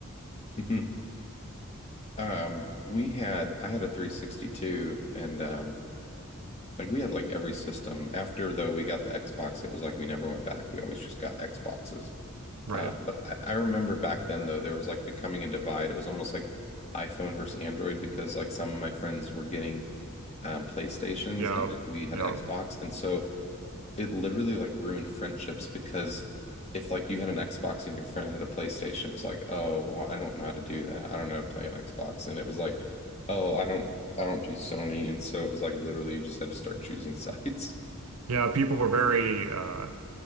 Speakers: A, on the left (about 30°); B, on the right (about 85°).
A: Mhm. Um, we had I had a 362 and um like we had like every system. After though we got the Xbox, it was like we never went back. We always just got Xboxes.
B: Right.
A: Um, but I, I remember back then though there was like becoming a divide. It was almost like iPhone versus Android because like some of my friends were getting um PlayStations
B: Yeah.
A: and then we had
B: Yeah.
A: Xbox. And so it literally like ruined friendships because if like you had an Xbox and your friend had a PlayStation, it was like, oh, well, I don't know how to do that. I don't know how to play an Xbox. And it was like, oh, I don't I don't do Sony. And so it was like literally you just had to start choosing sides. <laughs>
B: Yeah. People were very uh